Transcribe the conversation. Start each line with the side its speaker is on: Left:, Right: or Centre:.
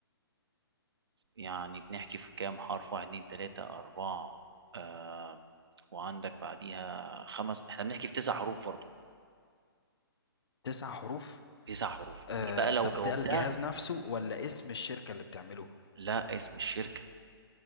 Right: يعني بنحكي في كام حرف واحد اتنين تلاتة اربعة آه وعندك بعديها خمس احنا بنحكي في تسع حروف برضه
Left: تسع حروف
Right: تسع حروف
Left: آه
Right: دي بقى لو
Left: طب
Right: جاوبتها
Left: ده الجهاز نفسه ولا اسم الشركة اللي بتعمله؟
Right: لا اسم الشركة